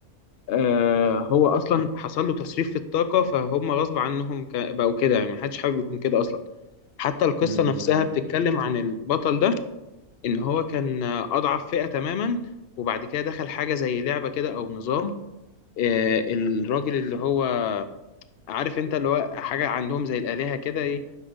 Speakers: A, on the left; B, on the right.
A: آه هو اصلا حصل له تصريف في الطاقة فهم غصب عنهم ك- بقوا كده يعني محدش حابب يكون كده اصلا حتى القصة
B: مم، مم،
A: نفسها
B: مم.
A: بتتكلم عن البطل ده ان هو كان اضعف فئة تماما وبعد كده دخل حاجة زي لعبة كده او نظام آه، الراجل اللي هو عارف انت اللي هو حاجة عندهم زي الآلهة كده ايه